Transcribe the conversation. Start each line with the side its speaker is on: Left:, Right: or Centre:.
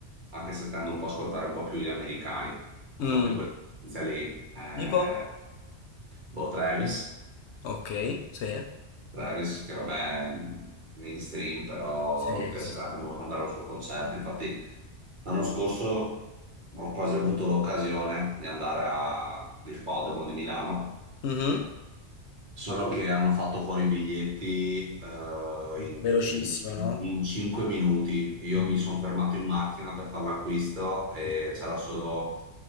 Right: anche se tendo un po' a ascoltare un po' più gli americani, un
Left: Mm.
Right: po' più quella tendenza lì. Eh,
Left: Tipo?
Right: boh, Travis,
Left: Ok, sì.
Right: Travis, che vabbè, è mainstream, però
Left: Sì,
Right: mi piacerebbe
Left: sì, sì.
Right: molto andare al suo concerto. Infatti, l'anno scorso ho quasi avuto l'occasione di andare all'ippodromo di Milano
Left: Mhm.
Right: Solo che hanno fatto fuori i biglietti eh, in,
Left: Velocissimo, no?
Right: in 5 minuti. Io
Left: Mm.
Right: mi sono fermato in macchina per fare l'acquisto e c'era solo,